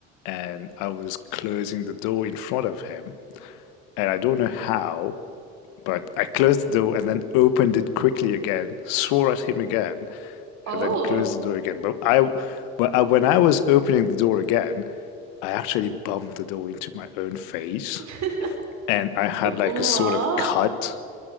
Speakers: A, on the left; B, on the right.
A: and I was closing the door in front of him. And I don't know how, but I closed the door and then opened it quickly again, swore at him again,
B: Oh.
A: and then closed the door again. But I, but I, when I was opening the door again, I actually bumped the door into my own face
B: <laughs>
A: and I had like
B: What?
A: a sort of cut.